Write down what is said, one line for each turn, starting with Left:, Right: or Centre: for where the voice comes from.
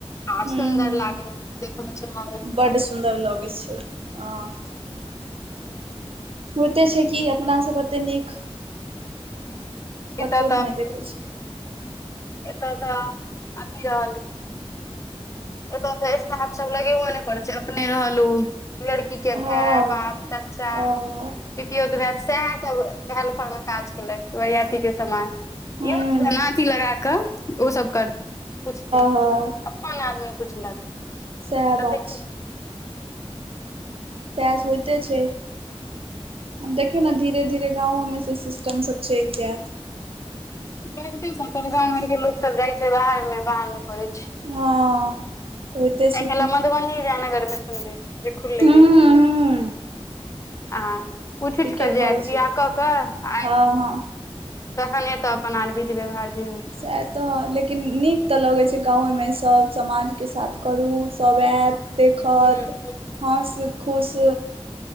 Left: आर
Right: हँ
Left: सुन्दर
Right: हूँ हूँ
Left: लागल देख में
Right: बड्ड सुन्दर लगै छै, हं। होइते छै कि अपनासभ अते नीक कतौ
Left: एतऽ
Right: नहि देखै छै।
Left: एत तऽ अथी रहल एत त स्टाफ सब लगेबो ने करे छै अपने रहल ऊ लड़की के
Right: हँ
Left: भाय,
Right: हँ
Left: बाप, चच्चा
Right: हूँ
Left: पीतोयौत भै सएह सब हेल्पर मे काज केलक बरियाती के समय।
Right: हँ
Left: इहो ने जेना अथी लगा क ओ सब करतै पूछतै
Right: हँ
Left: अपन आदमी पुछलक।
Right: सैह
Left: कतेक
Right: बात छै। सैह स होइते छै। आब देखियौ ने धीरे धीरे गाँवो मे से सिस्टम सब चलि जायत।
Left: करिते छै <unintelligible> गाँंव घर के लोक सब जाय छै बाहर मे बाहर मे करे छै।
Right: हँ होइते
Left: आइ
Right: छै
Left: काल्हि
Right: की।
Left: मधुबनी जयनगर मे संदे जे खुलैया
Right: हूं हूं
Left: आऽ, उठि
Right: ठीके
Left: उठि क जायत
Right: कहै
Left: बिआाह
Right: छियै
Left: कऽक आ आबि
Right: हँ
Left: जायत।
Right: हँ
Left: तखने त अपन आन विधी व्यवहार जे होइ। छै
Right: सेएह तऽ लेकिन नीक त लगै छै गाँवेमे सभ समाजके साथ करू सभ एयत। देखऽत
Left: हूँ
Right: हस खुश